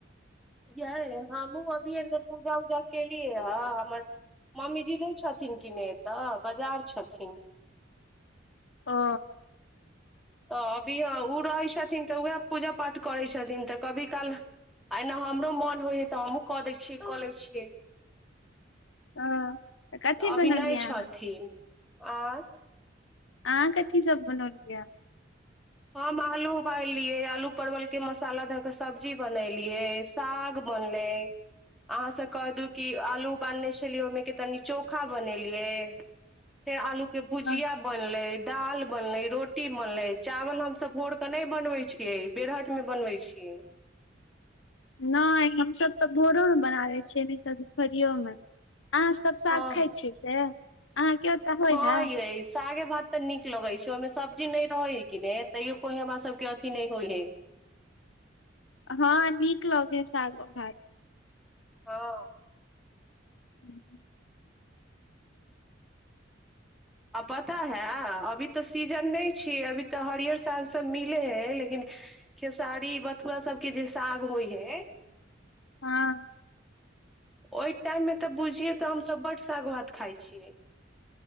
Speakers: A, in the centre; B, on the left.
A: यह हमहूँ अभी ए पूजा उजा केलियै हे। हमर मम्मीजी नहि छथिन। कि नहि एतऽ बाजार छथिन।
B: ह।
A: त अभी हँ ओ रहै छथिन। तऽ उएह। पूजा पाठ करै छथिन। तऽ कभी काल आना हमरो मोन होइ हइ। तऽ हमहुँ कऽ दै छियै कऽ लै छियै।
B: ओ तऽ कथी
A: अभी
B: बनलियै
A: नहि छथिन
B: अहाँ।
A: आ।
B: आ कथी सब बनौलियै।
A: हम आलू उबाललियै। आलू परवलके मसाला धऽ कऽ। सब्जी बनेलियै साग बनलै। अहाँसँ कहहि दू। कि आलू उ बान्ने छलियै। ओहिमेके तनि चोखा बनेलियै फेर आलू। के भुजिया
B: अ,
A: बनलै दाल बनलै रोटी बनलै चावल हमसब भोर कऽ नहि बनबै छियै बेरहटमे बनबै छियै
B: नहि हमसब तऽ भोरोमे बना लै छियै नहि तऽ दुपहरियो मे अहाँ सब साग
A: हँ
B: खाइ छियै से अहाँ के ओतऽ होइ
A: हँ
B: हे
A: यै सागे भात तऽ नीक लगै छै ओहिमे सब्जी नहि रहै है कि नहि तैयो कोइ हमरा सबके अथी नहि होइ है
B: हँ नीक लगै सागो भात
A: हँ
B: हम्म
A: आ पता हए अभी तऽ सीजन नहि छियै अभी तऽ हरियर सागसब मिलै हइ लेकिन खेसारी बथुआ सबके जे साग होइ हइ
B: हँ
A: ओहि टाइममे तऽ बुझियै तऽ हमसब बड्ड सागभात खाइ छियै